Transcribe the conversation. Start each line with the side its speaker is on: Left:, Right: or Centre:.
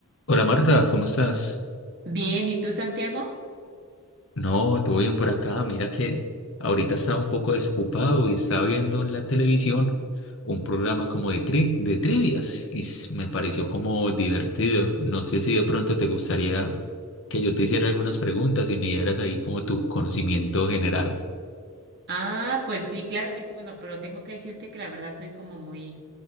Left: Hola Marta, ¿cómo estás?
Right: Bien, ¿y tú, Santiago?
Left: No, todo bien por acá. Mira que ahorita estaba un poco desocupado y estaba viendo en la televisión un programa como de, tri- de trivias y s- me pareció como divertido. No sé si de pronto te gustaría que yo te hiciera algunas preguntas y me dieras ahí como tu conocimiento general.
Right: Ah, pues sí, claro que sí, bueno, pero tengo que decirte que la verdad soy como muy,